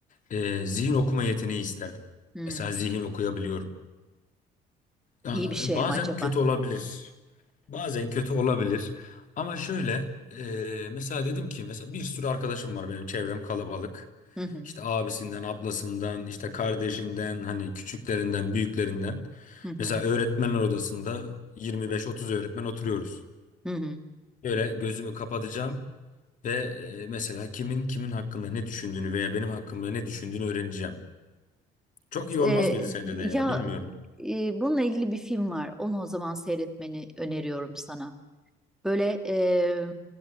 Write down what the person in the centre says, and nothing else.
Hmm,
iyi bir şey
mi acaba?
Hı hı,
hı hı,
hı hı.
E,
ya
e, bununla ilgili bir film var. Onu o zaman seyretmeni öneriyorum sana. Böyle e,